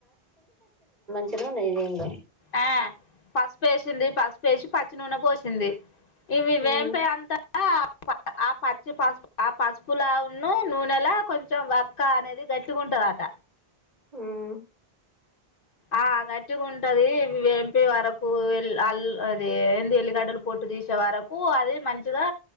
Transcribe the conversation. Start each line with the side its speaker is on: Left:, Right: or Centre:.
Right: చి నూనె ఎయ్యంగ
Left: ఆ పస్పేసింది పసుపేశి పచ్చి నూనె పోశింది ఇవి
Right: ఉమ్
Left: వేంపే అంత ఆ ఆ పచ్చిపసుప్ ఆ పసుపులా ఉన్నూ నూనెలా కొంచెం వక్కా అనేది గట్టికుంటుందట.
Right: ఉమ్
Left: ఆ గట్టిగ ఉంటదీ ఇవి వేంపే వరకూ ఎల్ అల్ అదీ ఏంది ఎల్లిగడ్డలు పొట్టు తీశే వరక్ ఉప్పు అది మంచిగా